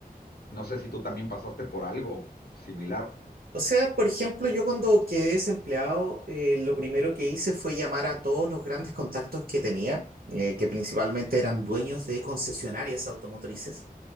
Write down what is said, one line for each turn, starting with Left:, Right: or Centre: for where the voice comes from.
Left: No sé si tú también pasaste por algo similar.
Right: O sea, por ejemplo, yo cuando quedé desempleado, eh, lo primero que hice fue llamar a todos los grandes contactos que tenía, eh, que principalmente eran dueños de concesionarias automotrices,